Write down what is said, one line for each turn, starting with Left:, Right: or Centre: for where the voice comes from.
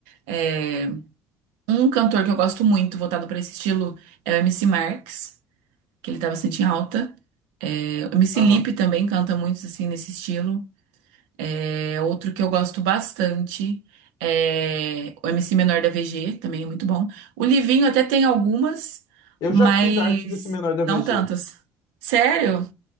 Right: é, Um cantor que eu gosto muito, voltado para esse estilo, é o MC Marx, que ele tá bastante em alta. É, o MC
Left: Aham.
Right: Lipe também canta muito assim nesse estilo. É, outro que eu gosto bastante é o MC Menor da VG, também é muito bom. O Livinho até tem algumas,
Left: Eu
Right: mas
Left: já fiz a arte desse menor da
Right: não
Left: VG.
Right: tantas. Sério?